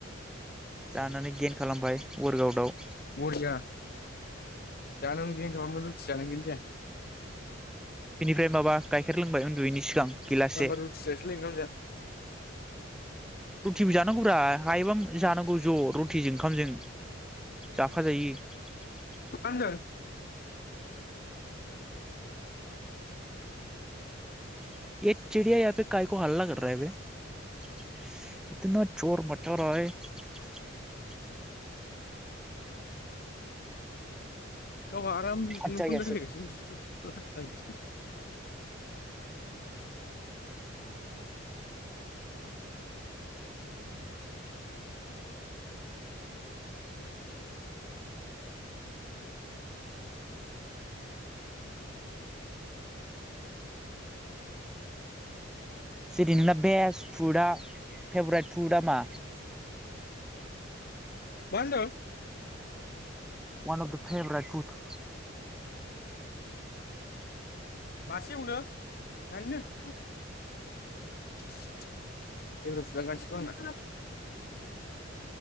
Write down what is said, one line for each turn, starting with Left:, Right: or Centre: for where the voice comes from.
Centre: जानानै गेन खालामबाय वर्कआउटआव
Left: बरिया जाना बिदि खालामबा रथि जानांगोन जों
Centre: बिनिफ्राय माबा गाइखेर लोंबाय उन्दुयैनि सिगां गिलाससे
Left: दा होमबा रुथि जासैलाय ओंखाम जा
Centre: रुटिबो जानांगौब्रा हायोबाम जानांगौ ज रुटिजों ओंखामजों जाफा जायो।
Left: मा होनदों <inaudible>
Centre: <unintelligible>
Left: <inaudible> गावहा आराम बिदिनो
Centre: मजा
Left: फन
Centre: ऐसे
Left: रायलायसिनो बिगुर <unintelligible>
Centre: जेरै नोंना बेस्ट फुडआ फेभरेट फुडा मा?
Left: मा होनदों?
Centre: One of the favourite food
Left: <unintelligible>